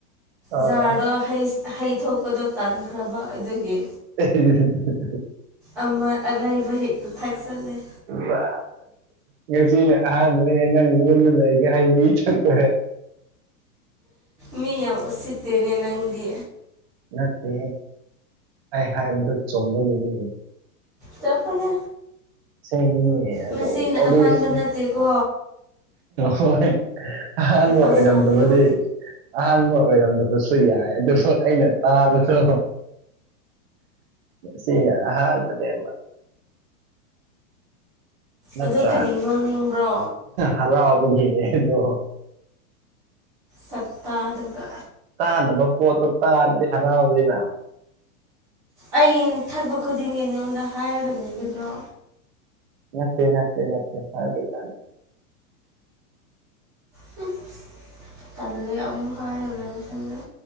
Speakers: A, on the right; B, in the centre.
A: ꯍꯣꯏ
B: ꯖꯥꯔꯗꯣ ꯍꯩ ꯍꯩ ꯊꯣꯛꯄꯗꯣ ꯇꯥꯟꯈ꯭ꯔꯕ ꯑꯗꯒꯤ
A: ꯎ <unintelligible>
B: ꯑꯃ ꯑꯔꯩꯕ ꯍꯦꯛꯇ ꯊꯥꯛꯆꯜꯂꯦ
A: ꯋꯥ ꯉꯁꯤꯅꯦ ꯑꯍꯥꯟꯕꯅꯦ ꯅꯪ ꯉꯣꯟꯗ ꯂꯩꯒ ꯍꯩ ꯃꯍꯤ ꯊꯛꯄ
B: ꯃꯤ ꯌꯥꯝ ꯎꯁꯤꯠꯇꯦꯅꯦ ꯅꯪꯗꯤ
A: ꯅꯠꯇꯦ ꯑꯩ ꯍꯥꯏꯕꯗ ꯆꯨꯝꯕꯒꯤꯅꯤ
B: ꯆꯊꯣꯍꯦ
A: ꯑꯁꯦꯡꯕꯅꯦ ꯑꯗꯨꯝ
B: ꯉꯁꯤꯅ
A: ꯋꯥꯔꯤꯁꯦ
B: ꯑꯍꯥꯟꯕ ꯅꯠꯇꯦꯀꯣ
A: ꯍꯣꯏ ꯑꯍꯥꯟꯕ
B: ꯍꯩꯄꯥ
A: ꯑꯣꯏꯔꯝꯗꯕꯗꯤ
B: ꯁꯥꯒꯅꯨ
A: ꯑꯍꯥꯟꯕ ꯑꯣꯏꯔꯝꯗꯕꯁꯨ ꯌꯥꯏ ꯑꯗꯨꯕꯨ ꯑꯩꯅ ꯇꯥꯕꯗꯣ ꯁꯤ ꯑꯍꯥꯟꯕꯅꯦꯕ ꯅꯠꯇ꯭ꯔ
B: ꯑꯗꯣ ꯀꯔꯤ ꯅꯣꯛꯅꯤꯡꯕ꯭ꯔꯣ
A: ꯍꯔꯥꯎꯕꯒꯤꯅꯦꯗꯣ
B: ꯁꯛꯇꯥ ꯗꯨꯒ
A: ꯇꯥꯅꯕ ꯄꯣꯠꯇꯣ ꯇꯥꯔꯗꯤ ꯍꯔꯥꯎꯋꯤꯅ <unintelligible> <inaudible>
B: ꯑ ꯊꯛꯄ ꯈꯨꯗꯤꯡꯒꯤ ꯅꯉꯣꯟꯗ ꯍꯥꯏꯔꯒ ꯂꯩꯒꯗ꯭ꯔꯣ
A: ꯅꯠꯇꯦ ꯅꯠꯇꯦ ꯅꯠꯇꯦ <unintelligible>
B: ꯍꯨꯝꯝ ꯇꯜꯂꯦ ꯑꯃꯨꯛ ꯍꯥꯏꯔꯔꯣꯏ ꯃꯊꯥꯡꯗ